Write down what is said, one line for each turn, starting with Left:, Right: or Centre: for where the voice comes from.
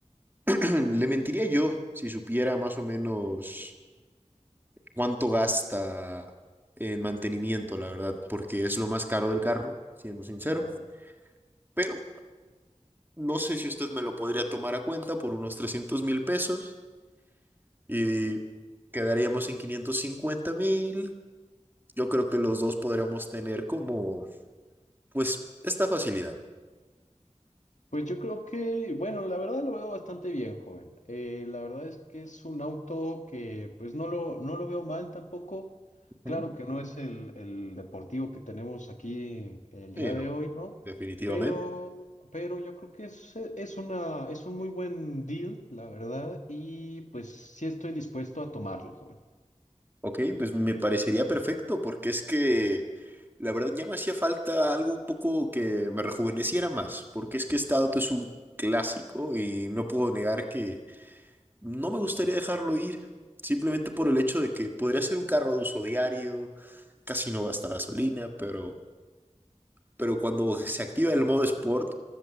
Right: <clears throat> Le mentiría yo si supiera más o menos cuánto gasta en mantenimiento, la verdad, porque es lo más caro del carro, siendo sincero.
Left: claro.
Right: Pero no sé si usted me lo podría tomar a cuenta por unos trescientos mil pesos y quedaríamos en quinientos cincuenta mil. Yo creo que los dos podríamos tener como, pues, esta facilidad.
Left: Pues yo creo que, bueno, la verdad lo veo bastante bien, joven. Eh, la verdad es que es un auto que pues no lo, no lo veo mal tampoco. Claro
Right: Ujú.
Left: que no es el, el deportivo que tenemos aquí el día
Right: Sí, no.
Left: de hoy, ¿no?
Right: Definitivamente.
Left: Pero, pero yo creo que es, es una, es un muy buen deal, la verdad, y pues sí estoy dispuesto a tomarlo, joven.
Right: Ok, pues me parecería perfecto, porque es que la verdad ya me hacía falta algo un poco que me rejuveneciera más, porque es que este auto es un clásico y no puedo negar que no me gustaría dejarlo ir, simplemente por el hecho de que podría ser un carro de uso diario, casi no gasta gasolina, pero, pero cuando se activa el modo Sport,